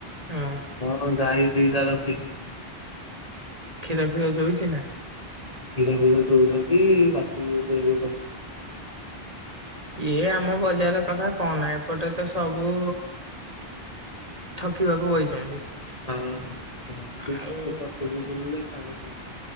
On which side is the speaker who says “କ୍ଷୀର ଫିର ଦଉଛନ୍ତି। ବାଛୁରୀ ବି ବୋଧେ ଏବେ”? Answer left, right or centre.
Left